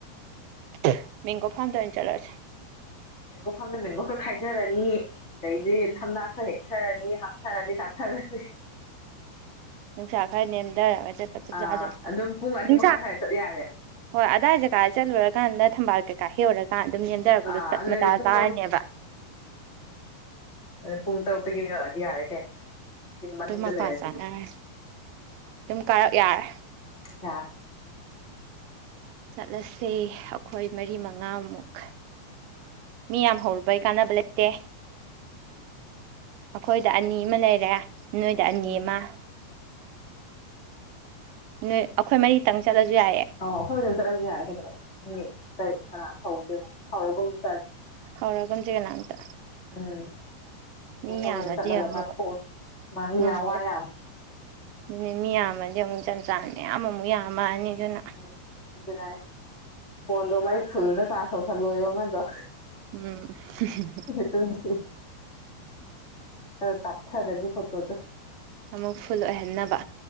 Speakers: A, on the right; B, on the left.
A: <unintelligible> ꯃ‌ꯦꯡꯒ‌ꯣ ꯐꯥꯝꯗ ꯑ‌ꯣꯏꯅ ꯆꯠꯂꯁꯦ
B: ꯃꯦꯡꯒꯣ ꯐꯝꯗ ꯃꯦꯡꯒꯣ ꯈꯥꯏꯊꯔꯅꯤ ꯑꯗꯩꯗꯤ
A: ꯎꯝ
B: ꯊꯝꯅꯥ ꯈꯔ ꯍꯦꯛꯇ ꯊꯔꯅꯤ ꯍꯥꯞꯊꯔꯅꯤ ꯆꯥꯊꯔꯅꯤ
A: ꯅꯨꯡꯁꯥ ꯈꯔ ꯅꯦꯝꯗꯔꯒ ꯆꯠꯄ ꯆꯞ
B: ꯑꯥ
A: ꯆꯥ‌ꯗ‌ꯣꯏ
B: ꯑꯗꯨꯝ ꯄꯨꯡ ꯑꯅꯤ
A: ꯅꯨꯡꯁꯥ
B: ꯃꯈꯥꯏ ꯁ꯭ꯋꯥꯏꯗ ꯆꯠ ꯌꯥꯔꯦ
A: ꯍꯣꯏ ꯑꯗꯥꯏ ꯖꯥꯒ ꯆꯠꯂꯨꯔꯀꯥꯟꯗ ꯊꯝꯕꯥꯜ ꯀꯩꯀꯥ ꯍꯩꯔꯀꯥꯟ ꯑꯗꯨꯝ ꯅꯦꯝꯗꯔꯛꯄꯗꯣ
B: ꯑꯥ
A: ꯇꯞꯅ
B: ꯑꯗꯨꯅꯗꯤ
A: ꯇꯥꯔ
B: ꯄꯨꯡ
A: ꯇꯥꯔꯅꯦꯕ
B: ꯑꯗꯨꯗ ꯄꯨꯡ ꯇꯔꯨꯛꯇꯒꯤ ꯌꯨꯝ ꯌꯧꯔꯛꯑꯗꯤ ꯌꯥꯔꯦ ꯀꯩꯅꯣ ꯑꯁꯤ ꯃꯅꯤꯡꯗ
A: ꯑꯗꯨꯝ ꯃꯄꯥ
B: ꯂꯩꯔꯁꯤꯕꯨ
A: ꯆꯥꯅꯔꯦ ꯑꯗꯨꯝ ꯀꯔꯛ ꯌꯥꯔꯦ
B: ꯌꯥ
A: ꯆꯠꯂꯁꯦ ꯑꯩꯈꯣꯏ ꯃꯔꯤ ꯃꯉꯥꯃꯨꯛ ꯃꯤ ꯌꯥꯝ ꯍꯧꯔꯨꯕꯩ ꯀꯥꯟꯅꯕ ꯂꯩꯇꯦ ꯑꯩꯈꯣꯏꯗ ꯑꯅꯤ ꯑꯃ ꯂꯩꯔꯦ ꯅꯣꯏꯗ ꯑꯅꯤ
B: ꯎꯝ
A: ꯑꯃ ꯅꯣꯏ ꯑꯩꯈꯣꯏ ꯃꯔꯤꯇꯪ ꯆꯠꯂꯁꯨ ꯌꯥꯏꯌꯦ
B: ꯑꯣ ꯑꯩꯈꯣꯏ ꯑꯗꯨꯝ ꯆꯠꯂꯁꯨ ꯌꯥꯔꯦ ꯀꯩꯗꯧꯔꯦ ꯃꯤ ꯑꯇꯩ ꯀꯅꯥꯅꯣ ꯍꯧꯗ‌ꯣꯏ ꯍꯧꯔꯒꯨꯝꯁꯤ ꯆꯦ
A: ꯍꯧꯔꯒꯨꯝꯁꯤ ꯀꯅꯥꯝꯇ
B: ꯎꯝ ꯑꯩꯈ‌ꯣꯏ
A: ꯃꯤ ꯌꯥꯝꯃꯗꯤ
B: ꯃꯔꯤꯗ ꯆꯠꯂꯒ
A: ꯑꯃꯨꯛ
B: ꯆꯥꯊꯣꯛꯑꯁꯤ ꯃꯥ ꯃꯤ
A: ꯉꯝꯃꯔꯣꯏ
B: ꯌꯥꯝ ꯋꯥ ꯌꯥꯝ
A: ꯑꯗꯨꯅꯦ ꯃꯤ ꯌꯥꯝꯃꯗꯤ ꯑꯃꯨꯛ ꯖꯟ ꯖꯥꯟ ꯃꯌꯥꯝ ꯑꯃꯨꯛ ꯌꯥꯝꯃꯅꯤ ꯑꯗꯨꯅ
B: ꯎꯝ ꯒꯨꯠ ꯅꯥꯏꯠ ꯐꯣꯟꯗꯣ ꯃꯩ ꯐꯨꯜꯗ ꯆꯥꯔꯖ ꯇꯧꯁꯜꯂꯣꯌꯨ ꯑꯃꯗꯣ
A: ꯎꯝ <unintelligible>
B: ꯇ <unintelligible> ꯈꯔ ꯀꯥꯞꯊꯗ‌ꯣꯏꯅꯤ ꯐꯇꯣꯗꯨ
A: ꯑꯃꯨꯛ ꯐꯨꯜ ꯑꯣꯏꯍꯟꯅꯕ